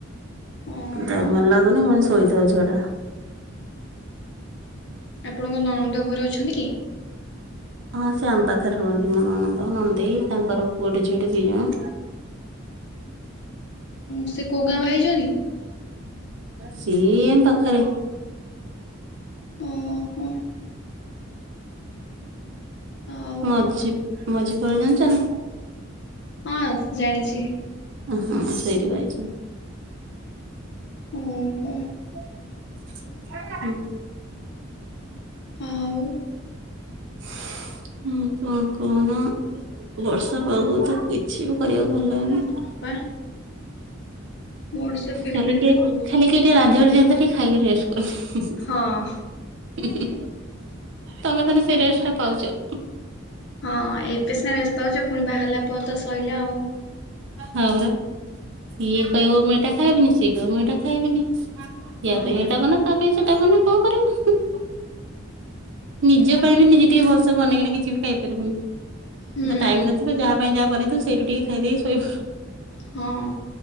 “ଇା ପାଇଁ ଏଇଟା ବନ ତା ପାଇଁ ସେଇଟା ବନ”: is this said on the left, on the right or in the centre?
Right